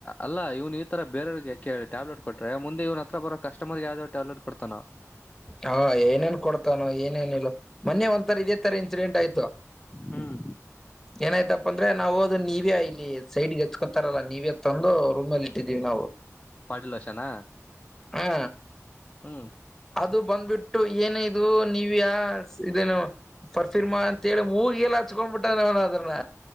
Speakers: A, on the left; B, in the centre.
A: ಅಲ್ಲ ಇವ್ನ್ ಈ ತರ ಬೇರೆಯ್ರಿಗೆ ಟ್ಯಾಬ್ಲೆಟ್ ಕೊಟ್ರೆ ಮುಂದೆ ಇವ್ರು ಹತ್ರ ಬರೋ ಕಸ್ಟಮರ್ಗೆ ಯಾವ್ದಾವ್ ಟ್ಯಾಬ್ಲೆಟ್ ಕೊಡ್ತಾನ.
B: ಹಾ ಏನೇನ್ ಕೊಡ್ತಾನೋ ಏನೇನ ಇಲ್ಲ ಮೊನ್ನೆ ಒಂಥರಾ ಇದೇ ತರ ಎಕ್ಸಿಡೆಂಟ್ ಆಯ್ತು
A: ಹ್ಮ್
B: ಏನಾಯ್ತ ಅಂದ್ರೆ ನಾವು ಅದು ನೀವೇ ಇಲ್ಲಿ ಸೈಡ್ಗೆ ಎತ್ಕೊತಾರಲ್ಲಾ ನೀವೇ ತಂದು ರೂಮ್ ಅಲ್ಲಿ ಇಟ್ಟಿದೀವಿ ನಾವು.
A: ಬಾಡಿಲೊಷನ್ನ
B: ಹಾ
A: ಹ್ಮ್
B: ಅದು ಬಂದ್ಬಿಟ್ಟು ಏನ ಇದು ನೀವ ಯ ಇದೇನು. ಫರ್ಫೀರ್ಮಾ ಅಂತೇಳಿ ಮೂಗ ಎಲ್ಲ ಹಚ್ಕೊಂಡ್ಬಿಟ್ಟಾನ ಅವನ ಅದ್ರನ್ನ.